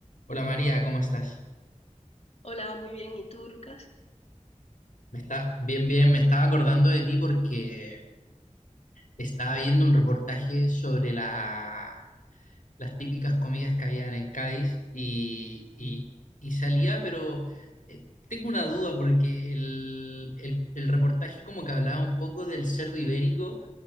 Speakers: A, on the left; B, on the left.
A: Hola María, ¿cómo estás?
B: Hola, muy bien. ¿Y tú, Lucas?
A: Me está bien, bien. Me estaba acordando de ti porque estaba viendo un reportaje sobre la- las típicas comidas que habían en Cádiz y, y- y salía, pero eh, tengo una duda porque el, el- el reportaje como que hablaba un poco del cerdo ibérico